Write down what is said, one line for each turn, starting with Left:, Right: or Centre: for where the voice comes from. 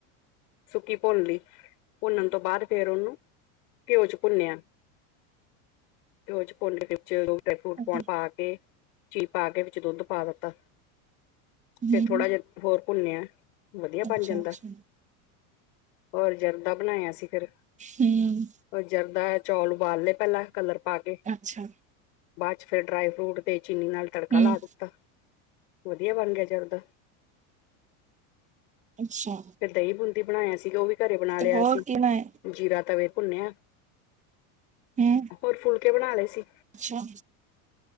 Left: ਸੁੱਕੀ ਭੁੰਨਲੀ। ਭੁੰਨਨ ਤੋਂ ਬਾਦ ਫੇਰ ਉਹਨੂੰ, ਘਿਓ'ਚ ਭੁੰਨਿਆ। ਘਿਓ'ਚ ਭੁੰਨਕੇ ਵਿੱਚ ਜੋ ਵੀ ਡਾਇਫਰੂਟ
Right: ਅੱਛਾ
Left: ਪਾਣਾ, ਪਾਕ ਤੇ, ਚੀ ਪਾਕੇ ਵਿੱਚ ਦੁੱਧ ਪਾ ਦਿੱਤਾ,
Right: ਹੂੰ
Left: ਫੇਰ ਥੋੜਾ ਜਿਹਾ ਹੋਰ ਭੁੰਨਿਆ, ਵਧੀਆ
Right: ਅੱਛਾ
Left: ਬਣ ਜਾਂਦਾ।
Right: ਅੱਛਾ
Left: ਔਰ ਜਰਦਾ ਬਣਾਇਆ ਸੀ ਫਿਰ,
Right: ਹੂੰ
Left: ਔਰ ਜਰਦਾ ਚੌਲ ਉਬਾਲ ਲਏ ਪਹਿਲਾ ਕਲਰ ਪਾਕੇ,
Right: ਅੱਛਾ
Left: ਬਾਅਦ'ਚ ਫੇਰ ਡਰਾਈ ਫਰੂਟ ਤੇ ਚੀਨੀ ਨਾਲ ਤੜਕਾ
Right: ਹੂੰ
Left: ਲਾ ਦਿੱਤਾ ਆ ਵਧੀਆ ਬਣ ਗਿਆ ਜਰਦਾ ਆ
Right: ਅਛਾ ਆ
Left: ਤੇ ਦਹੀਂ ਬੂੰਦੀ ਬਣਾ ਆ ਸੀਗਾ ਉਹ ਵੀ ਘਰੇ ਬਣਾ ਲਿਆ
Right: ਹੋਰ
Left: ਸੀ
Right: ਕੀ ਬਣਾਇਆ
Left: ਜੀਰਾ ਤਵੇ ਭੁੰਨਿਆ,
Right: ਹੂੰ
Left: ਹੋਰ ਫੁਲਕੇ ਬਣਾ ਲਏ ਸੀ
Right: ਅੱਛਾ ਆ